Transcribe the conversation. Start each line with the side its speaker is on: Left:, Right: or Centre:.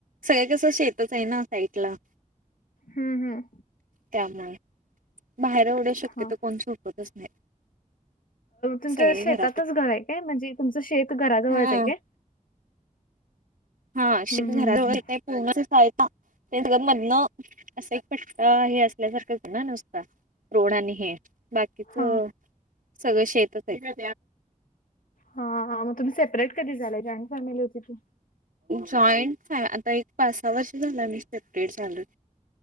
Right: सगळं कसं शेतच आहे ना साईडला
Left: हम्म हम्म
Right: त्यामुळे बाहेर एवढ्या शक्यतो
Left: हा
Right: कोण सु तच नाही
Left: तुमचं
Right: सगळे
Left: शेतातच
Right: घरातच.
Left: घर आहे काय म्हणजे तुमचं शेत घराजवळच
Right: हा.
Left: आहे काय?
Right: हा
Left: हम्म
Right: श घराजळ
Left: हम्म हम्म.
Right: य पूर्ण आहे ते स मधन असा एक पट्टा हे असल्यासारखंच ना नुसता रोड आणि हे. बाकीच
Left: हा
Right: सगळं शेतच आहे
Left: हा मग तुम्ही सेपरेट कधी झालाय जॉईंट फॅमिली होती ती
Right: जॉईंट आता एक पासा वर्ष झाला मी सेपरेट झालो